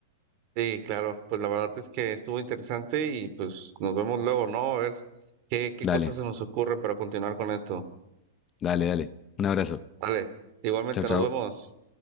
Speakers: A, on the right; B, on the left.
A: Sí, claro, pues la verdad es que estuvo interesante y pues nos vemos luego, ¿no? A ver qué, qué
B: Dale,
A: cosas se nos ocurren para continuar con esto.
B: dale, dale. Un abrazo.
A: Dale, igualmente
B: Chau, chau.
A: nos vemos.